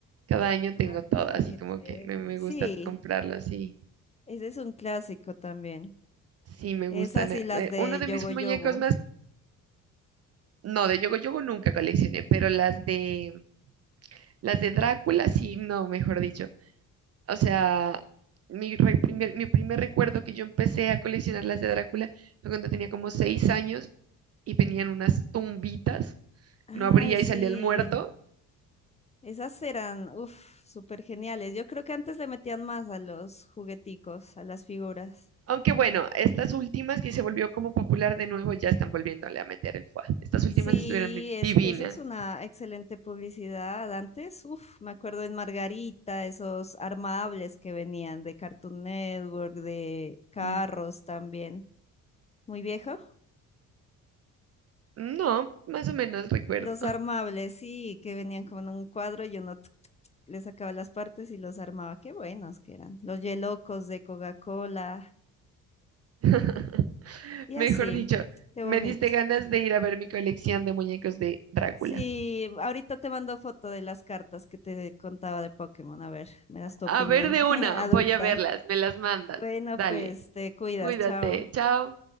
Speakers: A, on the right; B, on the left.
A: Cada año tengo
B: Ah,
A: todo, así
B: qué
A: como
B: chévere.
A: que me, me
B: Sí,
A: gusta comprarlos y
B: ese es un clásico también.
A: sí me gustan.
B: Esas
A: eh,
B: y las
A: eh,
B: de
A: uno de
B: Yogo
A: mis muñecos
B: Yogo.
A: más, no, de Yogo Yogo nunca coleccioné, pero las de las de Drácula sí, no, mejor dicho. O sea, mi, re- primer, mi primer recuerdo que yo empecé a coleccionar las de Drácula fue cuando tenía como seis años y venían unas tumbitas
B: Ay,
A: no abría
B: sí.
A: y salía el muerto.
B: Esas eran, uff, súper geniales. Yo creo que antes le metían más a los jugueticos, a las figuras.
A: Aunque bueno, estas últimas que se volvió como popular de nuevo ya están volviéndole a meter el foie. Estas últimas
B: Sí,
A: estuvieron
B: es
A: divinas.
B: que eso es una excelente publicidad. Antes, uff, me acuerdo en Margarita, esos armables que venían de Cartoon Network, de carros
A: Mm,
B: también. Muy viejo.
A: No, más o menos recuerdo.
B: Los armables, sí, que venían como en un cuadro y uno tuc, tuc, tuc, le sacaba las partes y los armaba. Qué buenos que eran. Los yelocos de Coca-Cola
A: <laughs>
B: y
A: Mejor
B: así.
A: dicho,
B: Qué
A: me
B: bonito.
A: diste ganas de ir a ver mi colección de muñecos de Drácula.
B: Sí, ahorita te mando foto de las cartas que te contaba de Pokémon. A ver, me das tu opinión
A: A ver de
B: <laughs>
A: una,
B: adulta.
A: voy a verlas, me las mandas.
B: Bueno,
A: Dale,
B: pues te cuidas,
A: cuídate,
B: chao.
A: chao.